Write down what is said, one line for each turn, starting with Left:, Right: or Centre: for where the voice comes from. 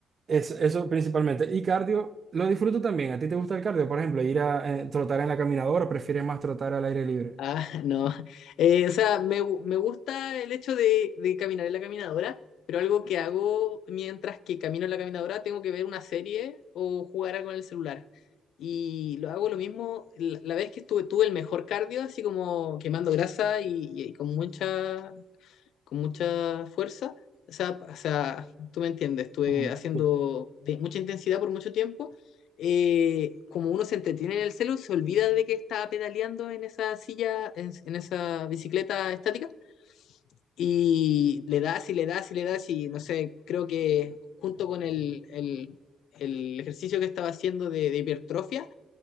Right: eso, eso principalmente. Y cardio, lo disfruto también. ¿A ti te gusta el cardio? Por ejemplo, ir a eh, trotar en la caminadora, ¿prefieres más trotar al aire libre?
Left: Ah, <laughs> no. Eh, o sea, me, gu- me gusta el hecho de, de caminar en la caminadora, pero algo que hago mientras que camino en la caminadora, tengo que ver una serie o jugar algo en el celular. Y lo hago lo mismo, la, la vez que estuve, tuve el mejor cardio, así como quemando grasa y, y con mucha con mucha fuerza. O sea, o sea, tú me entiendes, estuve
Right: Ujú,
Left: haciendo
Right: sí.
Left: de mucha intensidad por mucho tiempo. eh, como uno se entretiene en el celu, se olvida de que está pedaleando en esa silla, en, en esa bicicleta estática, y le das y le das y le das y no sé, creo que junto con el, el- el ejercicio que estaba haciendo de, de hipertrofia,